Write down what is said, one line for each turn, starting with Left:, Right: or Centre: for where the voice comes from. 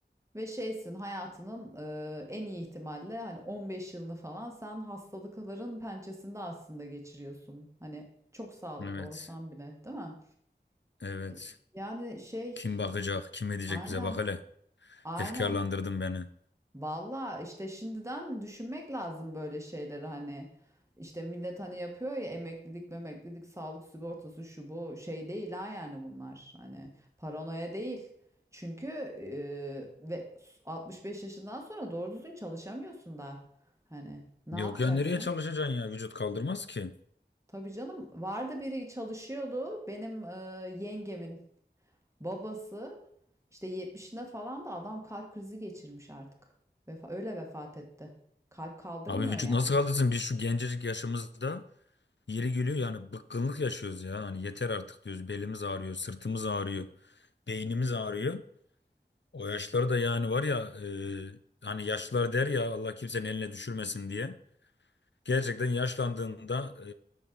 Right: Ve şeysin hayatının e, en iyi ihtimalle hani 15 yılını falan sen hastalıkların pençesinde aslında geçiriyorsun. Hani çok sağlıklı
Left: Evet.
Right: olsan bile, değil mi?
Left: Evet.
Right: E, Yani şey
Left: Kim bakacak, kim edecek
Right: aynen
Left: bize bak hele.
Right: aynen
Left: Efkarlandırdın beni.
Right: Valla işte şimdiden düşünmek lazım böyle şeyleri hani işte millet hani yapıyor ya emeklilik memeklilik sağlık sigortası şu bu şey değil ha yani bunlar hani paranoya değil. Çünkü e, ve 65 yaşından sonra doğru düzgün çalışamıyorsun da hani ne
Left: Yok
Right: yapacaksın?
Left: ya nereye çalışacaksın ya? Vücut kaldırmaz ki.
Right: Tabii canım vardı biri çalışıyordu benim e, yengemin Babası işte yetmişinde falan da adam kalp krizi geçirmiş artık. Vefa, öyle vefat etti. Kalp kaldırmıyor
Left: Abi vücut
Right: yani.
Left: nasıl kaldırsın? Biz şu gencecik yaşımızda yeri geliyor yani bıkkınlık yaşıyoruz ya. Hani yeter artık diyoruz. Belimiz ağrıyor, sırtımız ağrıyor, beynimiz ağrıyor. O yaşları da yani var ya e, hani yaşlılar der ya Allah kimsenin eline düşürmesin diye. Gerçekten yaşlandığında